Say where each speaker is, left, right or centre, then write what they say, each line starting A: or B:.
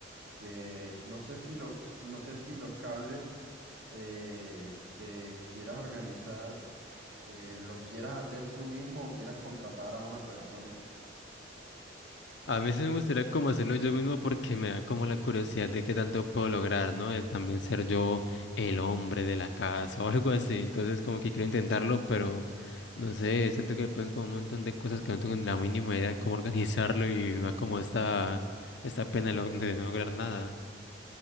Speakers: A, on the right (about 65°); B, on the left (about 65°).
A: que no sé si lo, qui- no sé si los cables eh, que quieras organizar eh, los quieras hacer tú mismo o quieras contratar a una persona.
B: A veces me gustaría como hacerlo yo mismo porque me da como la curiosidad de qué tanto puedo lograr, ¿no? Es también ser yo el hombre de la casa <laughs> o algo así. Entonces como que quiero intentarlo, pero no sé, siento que pueden como un montón de cosas que no tengo ni la mínima idea de cómo <laughs> organizarlo y me da como esta, esta pena de, lo- de no lograr nada.